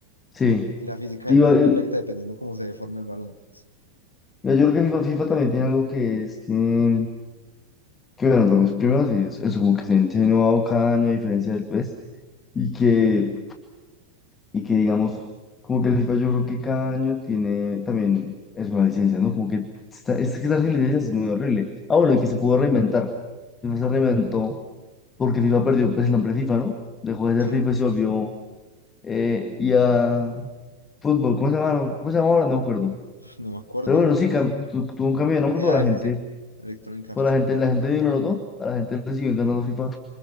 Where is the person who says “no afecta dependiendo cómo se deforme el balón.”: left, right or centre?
Left